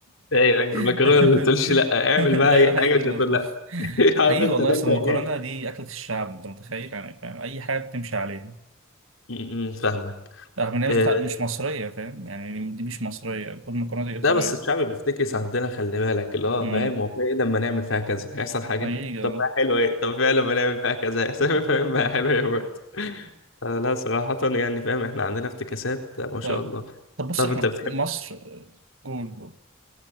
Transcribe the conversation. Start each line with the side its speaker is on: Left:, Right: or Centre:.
Left: إيه يا راجل
Right: <laughs>
Left: المكرونه ما بتقولش لا اعمل
Right: ايوه
Left: بقى اي
Right: حقيقي
Left: حاجه مش
Right: والله
Left: هتقول لا <laughs> عارف
Right: حقيقي
Left: انت
Right: والله
Left: ده
Right: اصل
Left: انت
Right: المكرونه
Left: جامد
Right: دي اكله الشعب انت متخيل يعني فاهم اي حاجه بتمشي عليها
Left: م- م، فاهمك
Right: رغم ان هي
Left: آه،
Right: مش بتاع مش مصريه فاهم يعني دي مش مصريه المفروض المكرونه دي ايطاليه
Left: لا بس الشعب بيفتكس عندنا خلي بالك اللي هو
Right: امم
Left: فاهم هو في إيه لما نعمل فيها كذا هيحصل حاجة
Right: حقيقي
Left: طب
Right: <laughs> آه.
Left: ما حلو ايه طب فعلا ما نعمل بقى كذا احسن
Right: <laughs>
Left: <laughs> فاهم بقى حلو آه لا صراحة يعني فاهم احنا عندنا افتكاسات ما شاء
Right: طيب
Left: الله
Right: طب بص
Left: طب
Right: احنا
Left: انت بتحب
Right: مصر آه، جول جول